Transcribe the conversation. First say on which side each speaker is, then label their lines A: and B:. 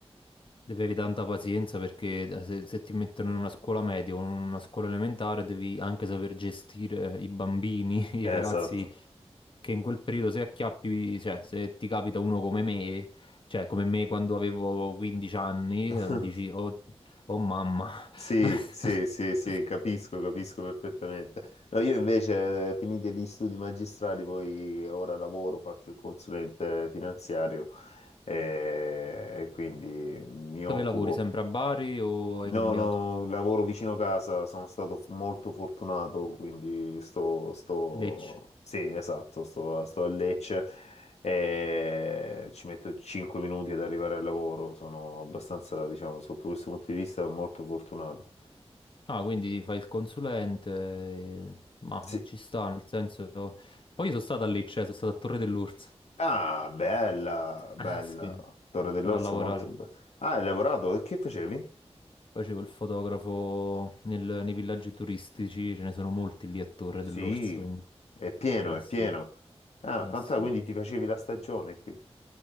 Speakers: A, on the left; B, on the left.
A: Devi avere tanta pazienza perché eh, se, se ti mettono in una scuola media o in una scuola elementare devi anche saper gestire eh, i bambini, <laughs> i
B: Eh,
A: ragazzi
B: Esatto.
A: che in quel periodo se acchiappi, cioè se ti capita uno come me, cioè come me quando avevo 15 anni,
B: <laughs>
A: eh, dici oh, oh mamma,
B: Sì,
A: <laughs>
B: sì, sì, sì, capisco, capisco perfettamente. No, io invece, eh, finiti gli studi magistrali, poi ora lavoro, faccio il consulente finanziario eh, e quindi mi
A: dove
B: occupo.
A: lavori? Sempre a Bari o hai
B: No,
A: cambiato?
B: no, lavoro vicino casa, sono stato f- molto fortunato, quindi sto, sto...
A: Lecce.
B: Sì, esatto, sto, sto a Lecce e ci metto 5 minuti ad arrivare al lavoro, sono abbastanza, diciamo, sotto questo punto di vista, molto fortunato.
A: Ah, quindi fai il consulente, eh, ma
B: Sì.
A: ci sta, nel senso... Poi io sono stato a Lecce, eh, sono stato a Torre dell'Orso.
B: Ah, bella, bella.
A: Ah, sì, sono
B: Torre dell'Orso,
A: stato a lavorare.
B: molto bella. Ah, hai lavorato? E Che facevi?
A: Facevo il fotografo nel- nei villaggi turistici, ce ne sono molti lì a Torre
B: Sì,
A: dell'Orso, quindi...
B: è pieno,
A: Ah,
B: è
A: sì,
B: pieno. Ah,
A: ah,
B: fantastico,
A: sì.
B: quindi ti facevi la stagione qui.